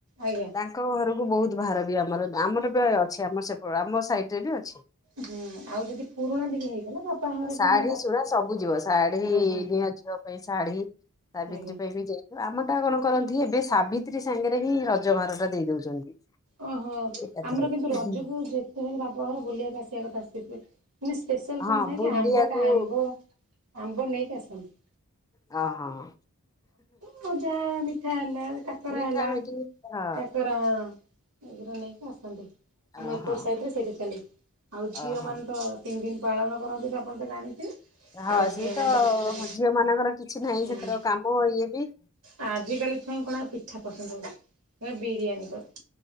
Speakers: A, on the right; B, on the left.
A: ଆଜ୍ଞା
B: ତାଙ୍କ ଘରକୁ ବହୁତ ଭାର ବି ଆମର ଆମର ବି ଅଛି ଆମ ସେ ଆମ ସାଇଡ୍ ରେ ବି ଅଛି।
A: ହୁଁ ଆଉ ଯଦି ପୁରୁଣା ଟିକେ ହେଇଗଲା ବାପା ଘରକୁ
B: ଶାଢୀ
A: ମାନେ ବାପା-।
B: ସୁଢା ସବୁ ଯିବ ଶାଢୀ
A: ହଁ ହଁ
B: ନୂଆ ଝିଅ ପାଇଁ ଶାଢୀ ସାବିତ୍ରୀ
A: ଆଜ୍ଞା
B: ପାଇଁ ବି ଯାଇ। ଆମ ଟା କଣ କରନ୍ତି ଏବେ ସାବିତ୍ରୀ ସାଙ୍ଗରେ ହିଁ ରଜ ଭାରଟା ଦେଇ ଦଉଛନ୍ତି।
A: ଓହୋ
B: ଏକାଥରେ
A: ଆମର କିନ୍ତୁ ରଜକୁ ଯେତେ ହେଲେ ବାପଘର ବୁଲିବାକୁ ଆସିବା କଥା ଆସିବେ। ମାନେ ସ୍ପେଶାଲ
B: ହଁ
A: କଣ ଥାଏ
B: ବୁଲିବାକୁ
A: କି ଆମ୍ବ ଟା ଆମ୍ବ ଆମ୍ବ ନେଇକି ଆସନ୍ତି।
B: ହଁ ହଁ।
A: ପୂଜା ମିଠା ହେଲା କାକରା
B: ମିଠା
A: ହେଲା
B: ମିଠି ହଁ
A: କାକରା। ଏଇରା ନେଇକି ଆସନ୍ତି ଆମ
B: ଓହୋ
A: ଏପଟ ସାଇଡ୍ ରେ ସେଇରା ଚାଲେ ଆଉ ଝିଅ
B: ଓହୋ
A: ମାନେ ତ। ତିନି ଦିନ ପାଳନ କରନ୍ତି ତ ଆପଣ ତ ଜାଣିଥିବେ।
B: ହଁ
A: ଆଉ ଝିଅମାନେ
B: ସେଇଏ ତ
A: କିଛି କାମ
B: ଝିଅ ମାନଙ୍କର କିଛି ନାହିଁ
A: ହୁଁ
B: ସେଥିର କାମ ଇଏ ବି।
A: ଆଜିକାଲି ଛୁଆଙ୍କୁ କଣ ଆଉ ପିଠା ପସନ୍ଦ ହଉଛି ଏ ବିରିୟାନୀ କର।